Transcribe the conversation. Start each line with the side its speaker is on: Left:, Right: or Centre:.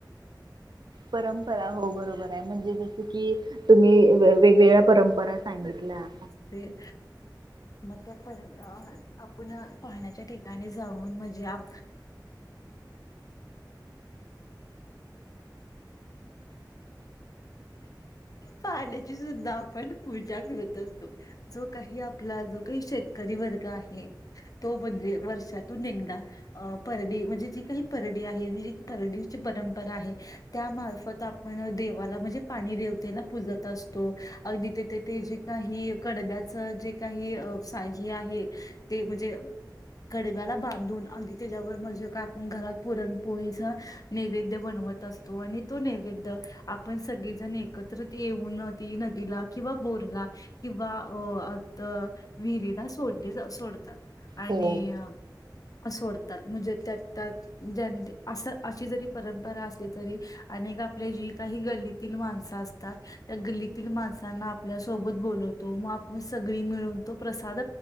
Right: परंपरा हो बरोबर आहे म्हणजे ज कि तुम्ही वेगवेगळ्या परंपरा सांगितल्या.
Left: ते. मग त्या पर आपण पाहण्याच्या ठिकाणी जाऊन, म्हणजे आप पाण्याची सुद्धा आपण पूजा करत असतो. जो काही आपला जो काही शेतकरी वर्ग आहे, तो म्हणजे वर्षात तू निघदा परडी म्हणजे जी काही, परडी आहे परडीची परंपरा आहे, त्यामार्फत आपण देवाला, म्हणजे पाणी देवतेला पूजत असतो, अगदी तेथे ते जे काही कडब्याच जे, काही आहे ते म्हणजे, कडब्याला बांधून, त्याच्यावर म्हणजे का, आपण घरात पुरणपोळीचा नैवेद बनवत असतो, आणि तो नैवेद आपण सगळीजण एकत्र येऊन, ती नदीला किंवा बोरला किंवा अ आता विहिरीला सोडले जा सोडतात, आणि
Right: हो
Left: सोडतात, म्हणजे त्या त्या ज अस अशी जरी परंपरा असली, तरी अनेक आपले जी काही गली माणसं असतात. त्या गल्लीतील माणसांना आपल्यासोबत बोलवतो, मग आपण सगळी मिळून तो प्रसाद